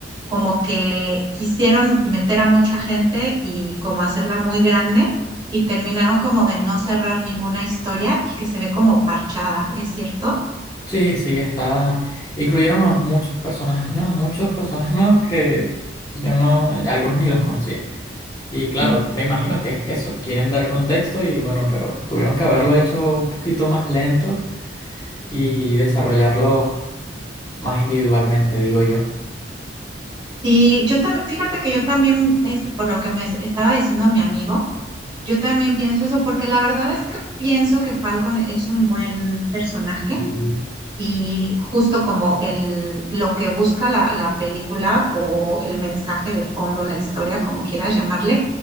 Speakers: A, on the right; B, on the left.
A: como que quisieron meter a mucha gente y como hacerla muy grande, y terminaron como de no cerrar ninguna historia y que se ve como parchada, ¿es cierto?
B: Sí, sí, está. Incluyeron a muchos personajes nuevos, muchos personajes nuevos que yo no, algunos ni los conocía. Y claro,
A: Mm.
B: me imagino que es eso, quieren dar contexto y bueno, pero tuvieron que haberlo hecho un poquito más lento y desarrollarlo más individualmente, digo yo.
A: Sí, yo también, fíjate que yo también, este, por lo que me estaba diciendo mi amigo, yo también pienso eso, porque la verdad es que pienso que Falcon es un buen personaje
B: Ujú.
A: Y justo como el, lo que busca la, la película o el mensaje de fondo, la historia, como quieras llamarle,